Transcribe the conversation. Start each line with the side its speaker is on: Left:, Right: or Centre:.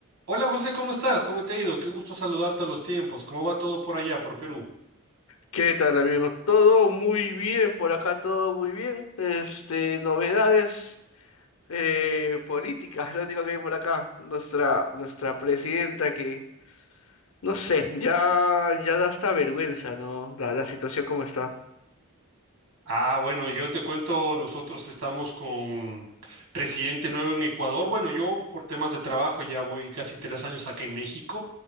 Right: Hola José, ¿cómo estás? ¿Cómo te ha ido? Qué gusto saludarte a los tiempos. ¿Cómo va todo por allá, por Perú?
Left: ¿Qué tal, amigos? Todo muy bien, por acá todo muy bien. Este, novedades eh, políticas, lo único que hay por acá. Nuestra, nuestra presidenta que, no sé, ya, ya da hasta vergüenza, ¿no? La, la situación como está.
Right: Ah, bueno, yo te cuento, nosotros estamos con presidente nuevo en Ecuador. Bueno, yo por temas de trabajo ya voy casi tres años acá en México,